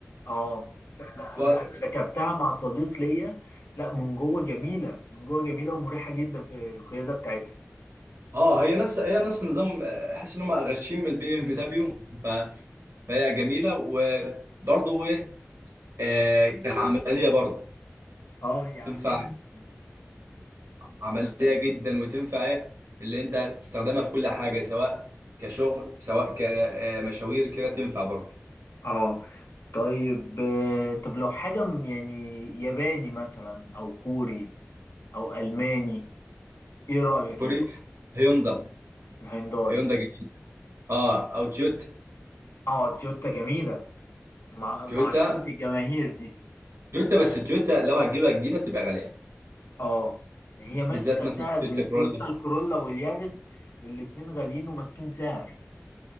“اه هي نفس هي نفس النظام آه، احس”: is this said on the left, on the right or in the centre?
Right